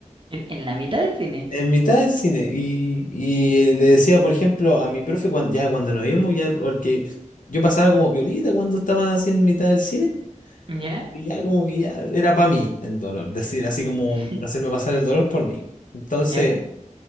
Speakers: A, on the right; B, on the left.
A: En, en la mitad del cine.
B: En mitad del cine. Y, y le decía, por ejemplo, a mi profe, cuando, ya cuando nos vimos, ya porque yo pasaba como piolita cuando estaba así en mitad del cine,
A: ¿Ya?
B: y ya como que ya era para mí el dolor, decir, así como
A: <laughs>
B: hacerme pasar el dolor por mí. Entonces,
A: ¿Ya?